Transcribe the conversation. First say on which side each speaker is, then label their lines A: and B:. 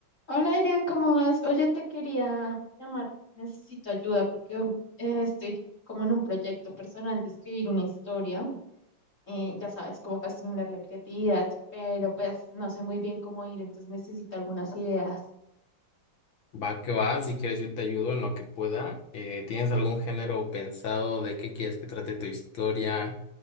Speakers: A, on the left; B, on the left.
A: Hola, Adrián, ¿cómo vas? Oye, te quería llamar, necesito ayuda porque eh, estoy como en un proyecto personal de escribir una historia, eh, ya sabes, como para estimular la creatividad, pero pues no sé muy bien cómo ir, entonces necesito algunas ideas.
B: Va que va, si quieres yo te ayudo en lo que pueda. Eh, ¿tienes algún género pensado de qué quieres que trate tu historia?